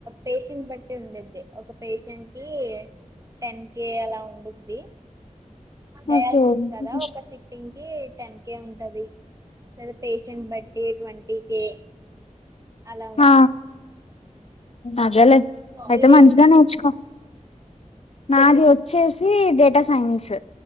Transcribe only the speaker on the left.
ఓకే ఓకే
ఆ అదేలే అయితే
మంచిగానే నేర్చుకో నాది వచ్చేసి data science